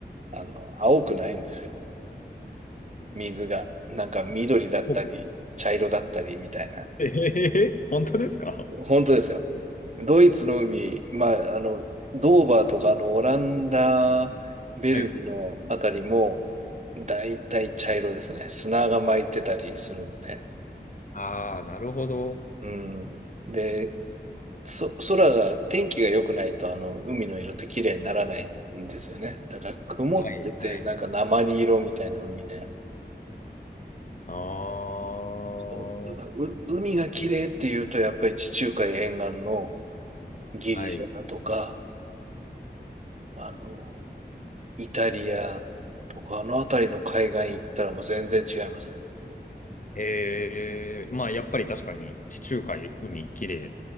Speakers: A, on the right; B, on the left.
A: あの、青くないんですよ。水が。なんか緑だったり、
B: 僕の
A: 茶色だったりみたいな。
B: えー本当ですか
A: 本当ですよ。ドイツの海、まあ、あの、ドーバーとか、あの、オランダ、ベルギーのあたりも、
B: はい。
A: だいたい茶色ですね。砂が巻いてたりするんで。
B: ああ、なるほど。
A: うん。で、そ、空が、
B: はい、
A: 天気が良くないと、あの、海の色って綺麗にならないんですよね。だから、曇ってて、
B: はい、はい。
A: なんか鉛色みたいな海で。
B: ああ、
A: そう。だから、
B: は
A: う、海が綺麗っていうと、やっぱり地中海沿岸のギリシャだとか、
B: い。
A: あの、イタリアとか、あの辺りの海岸行ったらもう全然違いますね。
B: えー、まあやっぱり確かに地中海、海、綺麗